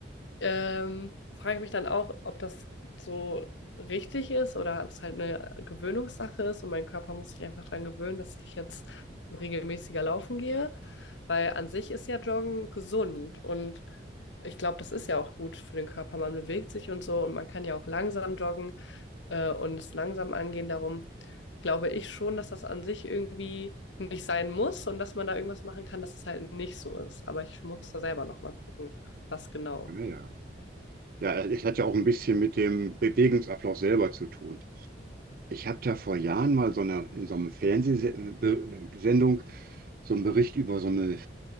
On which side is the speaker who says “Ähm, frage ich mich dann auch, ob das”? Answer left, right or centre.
Left